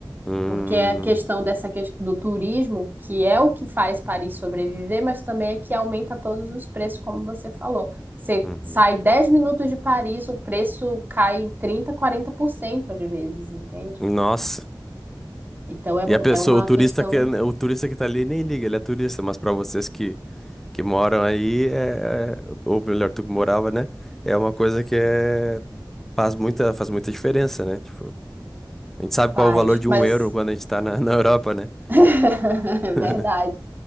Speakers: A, in the centre; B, on the right (about 25°).
A: Hum,
B: Porque a questão dessa ques- do turismo, que é o que faz Paris sobreviver, mas também é que aumenta todos os preços, como você falou. Você
A: uhum.
B: sai 10 minutos de Paris, o preço cai em trinta, quarenta por cento às vezes, entende?
A: Nossa.
B: Então é,
A: E
B: mu-
A: a pessoa,
B: é uma
A: o turista
B: questão
A: que, o turista que tá ali nem liga, ele é turista, mas pra vocês que que moram aí, é, é- ou melhor, tu que morava, né? É uma coisa que é, faz muita, faz muita diferença, né? Tipo, a gente sabe
B: faz,
A: qual é o valor de
B: mas
A: um euro quando a gente tá na, <laughs> na Europa, né?
B: <laughs> é verdade,
A: <laughs>